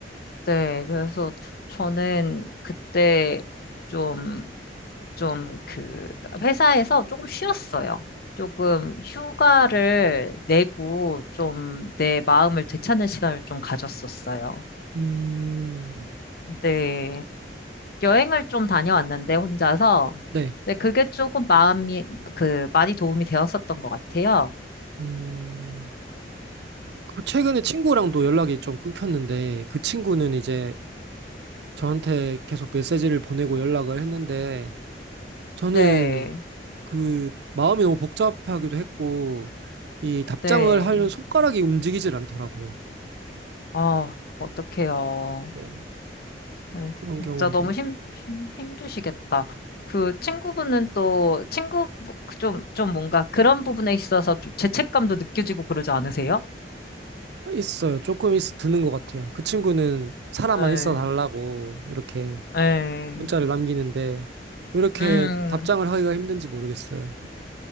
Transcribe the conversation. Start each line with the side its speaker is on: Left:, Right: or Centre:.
Left: 네, 그래서 저는 그때 좀 좀 그 회사에서 조금 쉬었어요. 조금 휴가를 내고 좀 내 마음을 되찾는 시간을 좀 가졌었어요.
Right: 음,
Left: 네. 여행을 좀 다녀왔는데 혼자서.
Right: 네,
Left: 근데 그게 조금 마음이 그 많이 도움이 되었었던 것 같아요.
Right: 음. 그 최근에 친구랑도 연락이 좀 끊겼는데 그 친구는 이제 저한테 계속 메시지를 보내고 연락을 했는데 저는
Left: 네.
Right: 그 마음이 너무 복잡하기도 했고 이 답장을
Left: 네.
Right: 하려는 손가락이 움직이질 않더라고요.
Left: 아, 어떡해요.
Right: 네.
Left: 네,
Right: 그런
Left: 진짜
Right: 경험도
Left: 너무
Right: 있-
Left: 힘, 힘, 힘드시겠다. 그 친구분은 또 친구 좀, 좀 뭔가 그런 부분에 있어서 좀 죄책감도 느껴지고 그러지 않으세요?
Right: 있어요. 조금 있, 드는 것 같아요. 그 친구는 사람만
Left: 네,
Right: 있어 달라고 이렇게
Left: 네.
Right: 문자를 남기는데 왜 이렇게
Left: 음,
Right: 답장을 하기가 힘든지 모르겠어요.